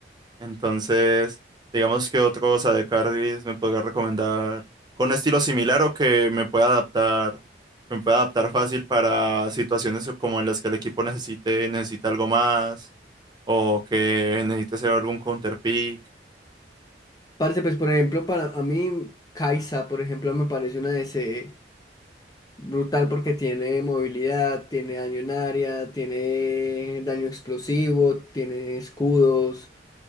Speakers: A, on the right; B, on the left.
A: Entonces, digamos que otros AD carries me podría recomendar con un estilo similar o que me pueda adaptar, me pueda adaptar fácil para situaciones como en las que el equipo necesite, necesita algo más o que necesite hacer algún counter pick.
B: Parce, pues por ejemplo, para a mí, Kaisa, por ejemplo, me parece una DC Brutal porque tiene movilidad, tiene daño en área, tiene daño explosivo, tiene escudos.